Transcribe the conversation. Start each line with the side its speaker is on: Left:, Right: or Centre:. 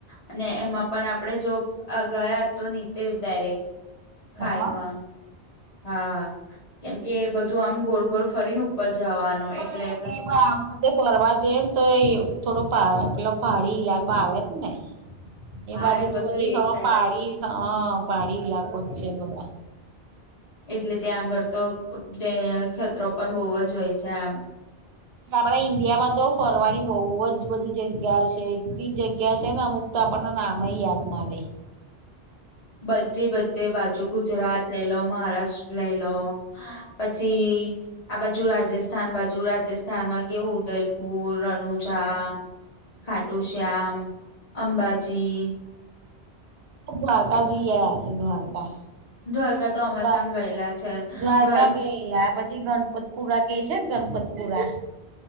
Left: અને એમાં પણ આપણેે જો અ ગયા તો નીચે ડાયરેક્ટ ખાઈમાં
Right: હા
Left: હા કેમ કે એ બધું આમ ગોળ ગોળ ફરીન ઉપર જવાનું
Right: પણ
Left: એટલે બધી
Right: એ એમાં <unintelligible> ફરવા જઈ ને તો એ થોડો પહા પેલો પહાડી ઈલાકો આવે ને એ
Left: હા
Right: બાજુ તો
Left: બધું
Right: બધી
Left: એ
Right: હવ
Left: સાઈડ
Right: પહાડી
Left: જ છે
Right: હ પહાડી ઈલાકો જ છે બધા
Left: એટલે ત્યાં આગળ તો <unintelligible> ખેતરો પણ બઉ જ હોય છે એમ
Right: આપણા ઇન્ડિયામાં તો ફરવાની બઉ જ બધી જગ્યા છે એટલી જગ્યા છે ને અમુક તો આપણને નામે ય યાદ ના રે
Left: બધી બધે બાજુ ગુજરાત લઈ લો મહારાષ્ટ્ર લઈ લો પછી આ બાજુ રાજસ્થાન બાજુ રાજસ્થાન માં કેવું ઉદયપુર રણુજા ખાટુ શ્યામ અંબાજી
Right: દ્વારકા બી ગયા છે દ્વારકા
Left: દ્વારકા તો અમે
Right: દ્વાર
Left: પણ ગયેલા છે.
Right: દ્વારકા
Left: દ્વાર
Right: ગએલા પછી ગણ ગણપતપુરા કે છે ને ગણપતપુરા